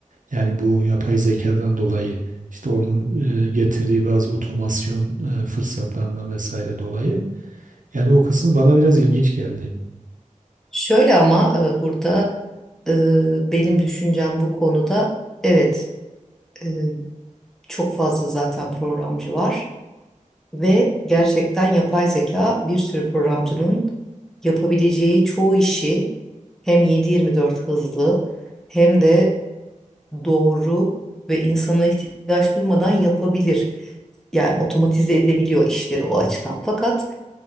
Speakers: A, on the right (about 75°); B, in the centre.
A: Yani bu yapay zekadan dolayı işte onun e, getirdiği bazı otomasyon e, fırsatlarından vesaire dolayı. Yani o kısmı bana biraz ilginç geldi.
B: Şöyle ama e, burada e, benim düşüncem bu konuda evet e, çok fazla zaten programcı var ve gerçekten yapay zeka bir sürü programcının yapabileceği çoğu işi hem 7-24 hızlı hem de doğru ve insana ihtiyaç duymadan yapabilir. Yani otomatize edebiliyor işleri o açıdan. Fakat